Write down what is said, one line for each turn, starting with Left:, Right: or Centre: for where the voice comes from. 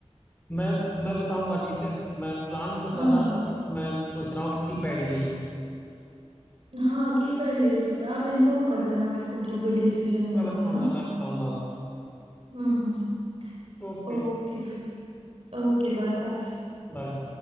Left: मैं मैं बताऊंगा ठीक है मैं प्लान तो
Right: हाँ
Left: कर रहा
Right: हाँ
Left: था बट मैं सोच रहा हूँ कि कीपैड ही ले लूँ
Right: हाँ कीपैड ले सकते हो आप इन्फॉर्म कर देना मेरे को जो भी डिसीजन बने
Left: मैं बताऊंगा
Right: है ना
Left: मैं बताऊंगा
Right: हम्म हम्म
Left: ओके
Right: ओके फिर ओके बाय बाय
Left: बाय